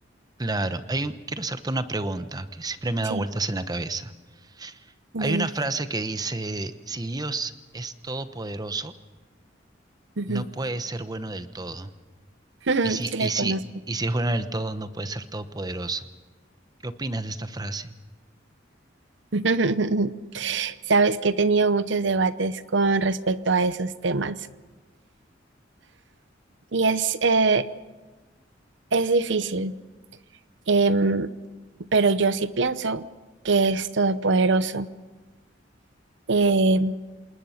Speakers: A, on the right; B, on the right.
A: Claro, hay un- quiero hacerte una pregunta que siempre me ha
B: Sí,
A: dado vueltas en la cabeza.
B: dime.
A: Hay una frase que dice, si Dios es todopoderoso,
B: Ujú.
A: no puede ser bueno del todo.
B: <laughs>
A: Y si,
B: Sí, le
A: y si,
B: conozco.
A: y si es bueno del todo, no puede ser todopoderoso. ¿Qué opinas de esta frase?
B: <laughs> Sabes que he tenido muchos debates con respecto a esos temas. Y es, eh, es difícil, em, pero yo sí pienso que es todopoderoso. Eh,